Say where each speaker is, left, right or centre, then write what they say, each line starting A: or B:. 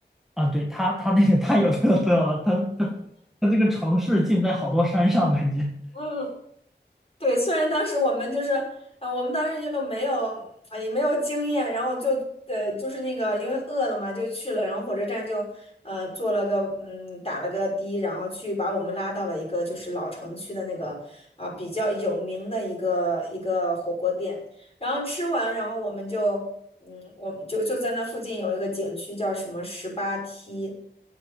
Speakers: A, in the centre; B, on the left.
A: 啊，对，它它那个太有特色了，它它它这个城市建在好多山上，感觉
B: 嗯。对，虽然当时我们就是，呃，我们当时又没有，哎，没有经验，然后就，呃，就是那个，因为饿了嘛，就去了，然后火车站就，呃，坐了个，嗯，打了个的，然后去把我们拉到了一个就是老城区的那个，啊、比较有名的一个一个火锅店，然后吃完，然后我们就，嗯，我们就就在那附近有一个景区叫什么十八梯，